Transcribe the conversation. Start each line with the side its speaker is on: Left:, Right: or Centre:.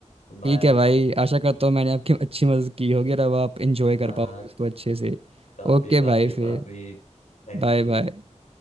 Left: तो बाय
Right: ठीक है भाई आशा करता हूँ मैंने आपकी अच्छी मदद की होगी और अब आप इंजॉय
Left: हाँ
Right: कर पाओगे उसको अच्छे से
Left: काफी
Right: ओके
Left: काफी
Right: भाई फिर
Left: काफी Thank
Right: बाय
Left: you
Right: बाय